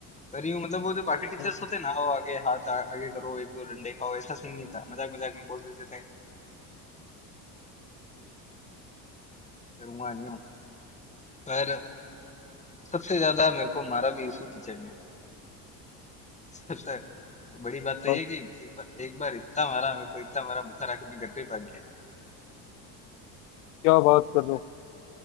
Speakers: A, on the left; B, on the left.
A: पर यूं मतलब वो जो बाकी टीचर्स
B: हम्म,
A: होते ना वो आगे हाथ आ, आगे करो एक दो डंडे खाओ ऐसा सीन नहीं था मजाक मजाक में बोल देते थे करूंगा नहीं हूं पर सबसे ज्यादा मेरे को मारा भी इसी टीचर ने सबसे बड़ी बात तो ये
B: अब
A: कि एक बार एक बार इतना मारा मेरे को इतना मारा बुखार आके मैं घर पे ही भाग
B: क्या बात कर
A: गया
B: रहे हो